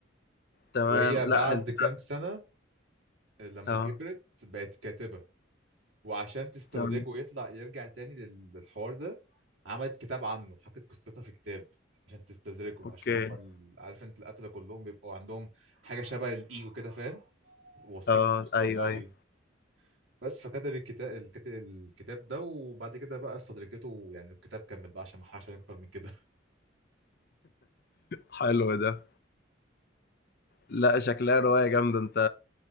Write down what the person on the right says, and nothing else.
وهي بعد
كام سنة لما
كبرت بقت كاتبة وعشان تستدرجه
ويطلع يرجع تاني لل- للحوار ده عملت كتاب عنه حكت قصتها في كتاب عشان تستدرجه
عشان هم ال- عارف انت القتلة كلهم بيبقوا عندهم حاجة شبه الإيجو كده فاهم واثقين
من نفسهم
قوي
بس فكتب الكتاب الكتاب الكتاب ده وبعد كده بقى استدرجته يعني الكتاب كمل بقى عشان ما احرقش عليك اكتر من كده